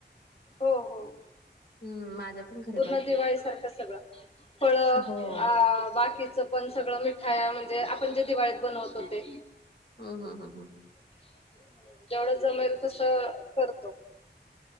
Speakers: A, on the left; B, on the left.
A: हो, हो.
B: हम्म माझ्या पण घ
A: पूर्ण दिवाळी सारखं सगळं फळं
B: हो.
A: आ बाकीचं पण सगळं मिठाया म्हणजे आपण जे दिवाळीत बनवतो ते.
B: हम्म हम्म हम्म हम्म.
A: <unintelligible> जेवढ जमेल तसं करतो.